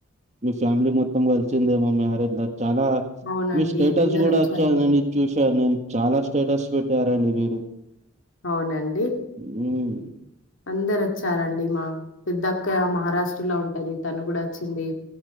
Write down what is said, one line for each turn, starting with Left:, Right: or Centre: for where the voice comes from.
Right: మీ ఫ్యామిలీ మొత్తం కలిసిందేమో మ్యారేజ్ చాలా
Left: అవునండి.
Right: మీ స్టేటస్
Left: అందరొచ్చారు.
Right: కూడా వచ్చదండి చూశాను నేను చాలా స్టేటస్ పెట్టారండి మీరు
Left: అవునండి
Right: మ్
Left: అందరు వచ్చారండి మా పెద్దక్కయ్య మహారాష్ట్రలో ఉంటది తను కూడా వచ్చింది